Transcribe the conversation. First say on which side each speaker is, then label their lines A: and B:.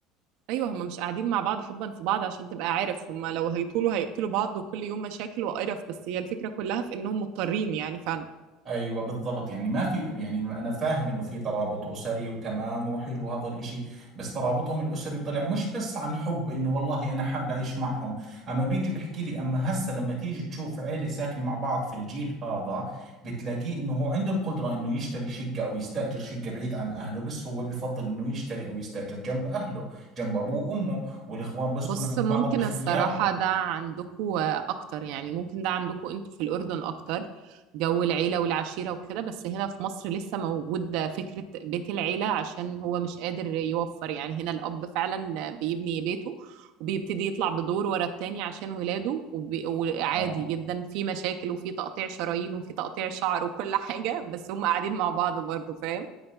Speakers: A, on the right; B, on the right.
A: ايوه هم مش قاعدين مع بعض حبا في بعض عشان تبقى عارف هم لو هيطولوا هيقتلوا بعض وكل يوم مشاكل وقرف بس هي الفكرة كلها في انهم مضطرين يعني فعلا
B: ايوه بالضبط يعني ما في يعني انا فاهم انه في ترابط اسري وتمام وحلو هذا الاشي بس ترابطهم الاسري طلع مش بس عن حب انه والله انا حاب اعيش معهم اما بيجي بحكي لي اما هسه لما تيجي تشوف عيلة ساكنة مع بعض في الجيل هذا بتلاقيه انه هو عنده القدرة انه يشتري شقة او يستأجر شقة بعيد عن اهله بس هو بفضل انه يشتري او يستأجر جنب اهله جنب ابوه وامه والاخوان بسكنوا
A: بص
B: عند
A: ممكن
B: بعض باختيارهم
A: الصراحة ده عندكو أكتر يعني ممكن ده عندكو أنتوا في الأردن أكتر جو العيلة والعشيرة وكده بس هنا في مصر لسه موجود فكرة بيت العيلة عشان هو مش قادر يوفر يعني هنا الأب فعلا بيبني بيته وبيبتدي يطلع بدور ورا التاني عشان ولاده وبي- وعادي
B: اه
A: جدا في مشاكل وفي تقطيع شرايين وفي تقطيع شعر وكل حاجة بس هم قاعدين مع بعض برضه فاهم